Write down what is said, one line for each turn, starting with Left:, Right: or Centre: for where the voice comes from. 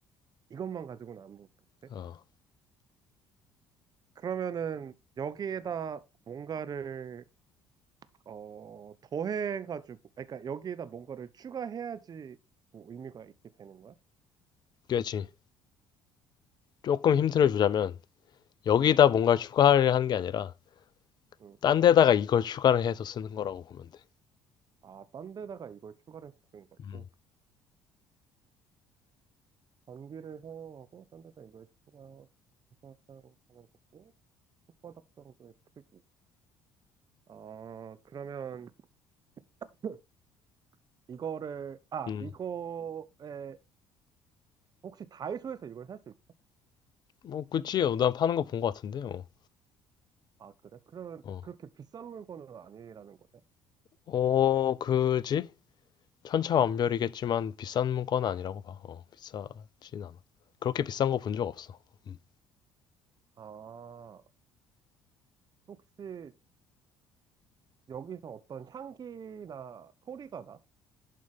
Right: 이것만 가지고는 아무것도 못해?
Left: 어,
Right: 그러면은 여기에다 뭔가를 어, 더해가지고, 아니, 그러니까 여기에다 뭔가를 추가해야지 뭐 의미가 있게 되는 거야?
Left: 그렇지. 조금 힌트를 주자면 여기다
Right: 응,
Left: 뭔가 추가를 하는 게 아니라
Right: 응.
Left: 딴 데다가 이걸 추가를 해서 쓰는 거라고 보면 돼.
Right: 아, 딴 데다가 이걸 추가를 해서 쓰는 거고
Left: 음,
Right: 전기를 사용하고 딴 데다 이걸 추가해서 사용하는 거고 손바닥 정도의 크기. 아, 그러면 <laughs> 이거를, 아,
Left: 음.
Right: 이거에, 혹시 다이소에서 이걸 살 수 있,
Left: 뭐 그치. 어, 난 파는 거 본 거 같은데. 어,
Right: 아, 그래? 그러면
Left: 어,
Right: 그렇게 비싼 물건은 아니라는 거네?
Left: 어, 그지? 천차만별이겠지만 비싼 건 아니라고 봐. 어, 비싸진 않아. 그렇게 비싼 거 본 적 없어. 음.
Right: 아, 혹시 여기서 어떤 향기나 소리가 나?